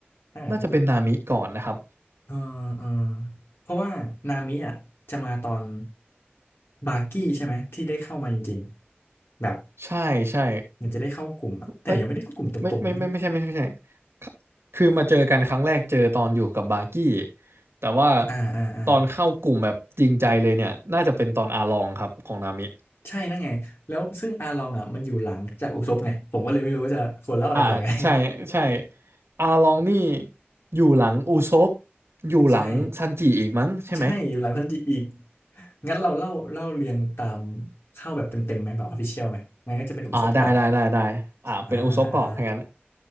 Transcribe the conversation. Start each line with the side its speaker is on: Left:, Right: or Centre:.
Left: ถ้างั้น
Right: น่าจะเป็นนามิก่อนนะครับ
Left: เออเออเพราะว่านามิอ่ะจะมาตอนบากี้ใช่ไหมที่ได้เข้ามาจริงๆแบบ
Right: ใช่ใช่
Left: เหมันจะได้เข้ากลุ่มอะแต่ยังไม่ได้เข้ากลุ่มตรงๆใช่ไหม
Right: เอ้ยไม่ไม่ไม่ไม่ใช่ไม่ใช่ไม่ใช่คคือมาเจอกันครั้งแรกเจอตอนอยู่กับบาร์กี้แต่ว่า
Left: อ่าอ่าอ่า
Right: ตอนเข้ากลุ่มแบบจริงใจเลยเนี่ยน่าจะเป็นตอนอาลองครับของนามิ
Left: ใช่นั่นไงแล้วซึ่งอาลองอ่ะมันอยู่หลังจากอุซบไงผมก็เลยไม่รู้ว่าจะควรเล่าอะไรก่อนไง
Right: อ่าใช่ใช่อาลองนี่อยู่หลังอุซป
Left: <laughs>
Right: อยู่หลังซันจิอีกมั้งใช่ไหม
Left: ใช่ใช่อยู่หลังทันจิอีกงั้นเราเล่าเล่าเรียงตามเข้าแบบเต็มๆไหมแบบออฟฟิเชียลไหมงั้นก็จะเป็นอุซบก่อน
Right: อ่าได้ได้ได้ได้อ่าเป็นอุซปก่อนถ้างั้น
Left: อ่าอ่า